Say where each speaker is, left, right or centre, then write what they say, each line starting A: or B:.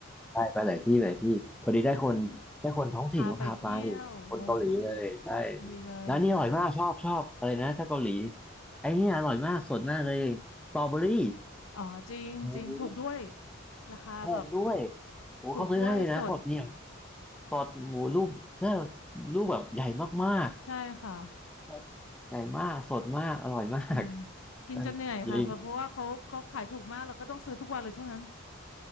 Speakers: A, in the centre; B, on the left (about 75°).
A: ได้ไปหลายที่หลายที่พอดีได้คนได้คนท้องถิ่นเขาพาไป
B: อืมพาไปเที่ยวโอ้ย
A: คนเกาหลีเลยใช่
B: ดีเลย
A: ร้านนี้อร่อยมากชอบชอบอะไรนะถ้าเกาหลีไอ้เนี่ยอร่อยมากสดมากเลยสตรอเบอรี่
B: อ๋อจริงจริงถูกด้วย
A: โอ้โห
B: ราคาแบบ
A: หอมด้วยโอ้เขาซื้อให้เลยนะเขาแบบเนี่ย
B: ถูกด้วยสด
A: สดหมูลูกเนี่ยลูกแบบใหญ่มาก
B: ใช่ค่ะ
A: ๆใหญ่มากสดมากอร่อยมาก
B: จริงกินจนเหนื่อยค่ะเพราะเพราะว่าเขาเขาขายถูกมากเราก็ต้องซื้อทุกวันเลยช่วงนั้น
A: ใช่ยิง